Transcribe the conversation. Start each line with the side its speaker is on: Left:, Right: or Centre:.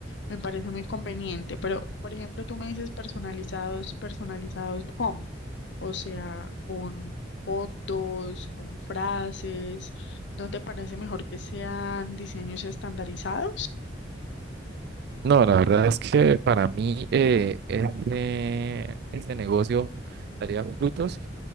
Left: Me parece muy conveniente, pero por ejemplo, tú me dices personalizados, personalizados ¿cómo? O sea, con fotos, con frases, ¿no te parece mejor que sean diseños estandarizados?
Right: No, la verdad es que para mí eh, este, este negocio daría frutos